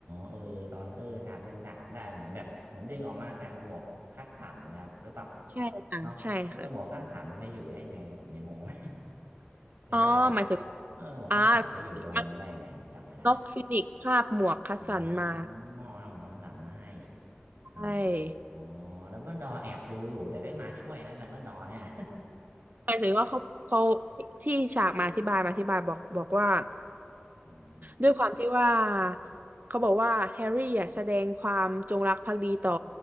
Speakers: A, on the right (about 65°); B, on the right (about 45°).
A: เออตอนเออฉากดึงดาบได้เหมือนแบบเหมือนดึงออกมาจากหมวกคัดสันนะครับหรือเปล่า
B: ใช่ค่ะใช่ค่ะ
A: เนาะเออหมวกคัดสันมันไปอยู่ได้ไงเนี่ยผมยังงง <laughs> หรือว่า
B: อ๋อหมายถึง
A: เออหมวกคัดสันไปอยู่ตรงนั้นได้ไงจำไม่ได้
B: อ่ามันน็อกฟินิกซ์คาบหมวกคัสสันมา
A: อ๋อเอาหมอสสารมาให้
B: ใช่
A: อ๋ออ๋อดับเบิลดอแอบดูอยู่แต่ไม่มาช่วยนะดับเบิลดอเนี่ย
B: หมายถึงว่าเขาเขาที่ที่ฉากมาอธิบายมาอธิบายบอกบอกว่า
A: <laughs> อืม
B: ด้วยความที่ว่าเขาบอกว่าแฮร์รี่อ่ะแสดงความจงรักภักดีต่อ